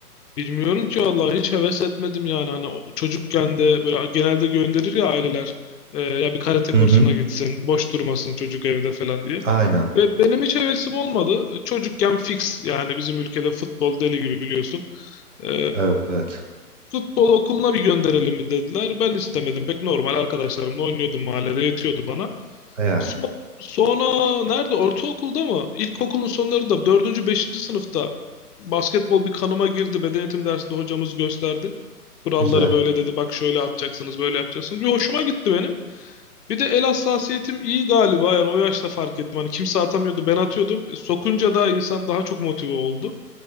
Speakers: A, on the left (about 80°); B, on the right (about 50°).
A: Bilmiyorum ki vallahi hiç heves etmedim yani hani o- çocukken de böyle genelde gönderir ya aileler e, ya bir karate
B: Hı
A: kursuna
B: hı.
A: gitsin boş durmasın çocuk evde falan diye.
B: Aynen.
A: Ve benim hiç hevesim olmadı çocukken fix yani bizim ülkede futbol deli gibi biliyorsun. E,
B: Evet.
A: Futbol okuluna bir gönderelim mi dediler. Ben istemedim. Pek normal arkadaşlarımla oynuyordum mahallede yetiyordu bana.
B: Yani.
A: So- Sonra nerede? Ortaokulda mı? İlkokulun sonlarında dördüncü, beşinci sınıfta basketbol bir kanıma girdi. Beden eğitim dersinde hocamız gösterdi. Kuralları
B: Güzel.
A: böyle dedi. Bak şöyle atacaksınız, böyle yapacaksınız. Bir hoşuma gitti benim. Bir de el hassasiyetim iyi galiba. Yani o yaşta fark ettim. Hani kimse atamıyordu, ben atıyordum. Sokunca da insan daha çok motive oldu.